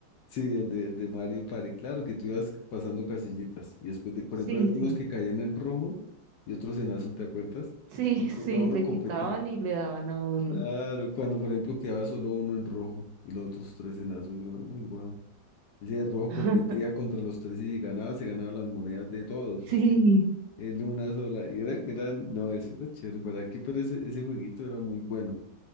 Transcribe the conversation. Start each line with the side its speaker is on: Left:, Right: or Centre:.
Left: Sí, el de, el de Mario Party, claro, que tú ibas pasando casillitas y después, de, por
Right: Sí,
Left: ejemplo, había
Right: sí,
Left: unos que caían en rojo y otros en azul, ¿te acuerdas?
Right: sí,
Left: Y
Right: <laughs>
Left: Tocaba
Right: sí,
Left: uno
Right: le
Left: competir,
Right: quitaban y le daban a uno.
Left: claro, cuando por ejemplo quedaba solo uno en rojo y los otros tres en azul, y uno, uy, wow. Ese rojo
Right: <laughs>
Left: competía contra los tres y si ganaba, se ganaba las monedas de todos,
Right: Sí,
Left: así, en una sola. Y eran, eran, no, eso era chévere para aquí, pero ese, ese jueguito era muy bueno,